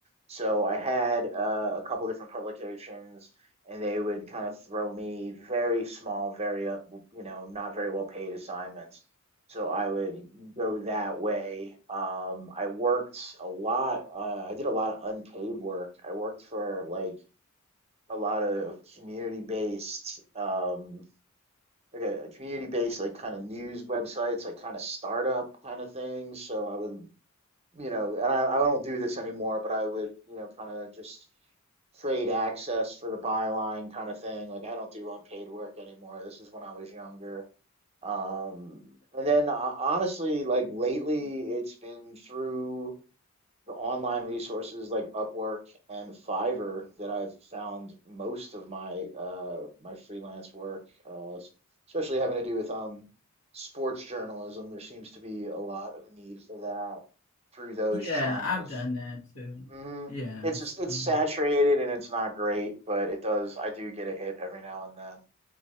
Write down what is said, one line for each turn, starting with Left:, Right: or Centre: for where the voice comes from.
Right: So I had uh, a couple different publications, and they would kind of throw me very small, very uh, you know, not very well paid assignments. So I would go that way. Um, I worked a lot. Uh, I did a lot of unpaid work. I worked for like a lot of community-based um, like a, community-based like kind of news websites, like kind of startup kind of things. So I would, you know, and I, I don't do this anymore, but I would, you know, kind of just trade access for the byline kind of thing. Like I don't do unpaid work anymore. This is when I was younger. Um, and then uh, honestly, like lately, it's been through the online resources like Upwork and Fiverr that I've found most of my uh, my freelance work, uh, especially having to do with um, sports journalism. There seems to be a lot of need for that through those
Left: Yeah,
Right: channels.
Left: I've done that too.
Right: hmm
Left: Yes.
Right: It's just it's
Left: Um,
Right: saturated and it's not great, but it does. I do get a hit every now and then.